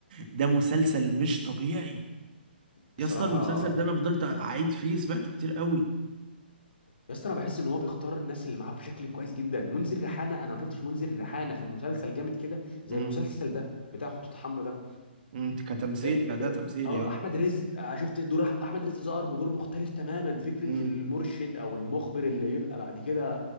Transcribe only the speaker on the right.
ده مسلسل مش طبيعي
يا اسطى المسلسل ده انا فضلت اعيد فيه سمعته كتير قوي
امم
انت كتمثيل
كده تمثيل
يا
امم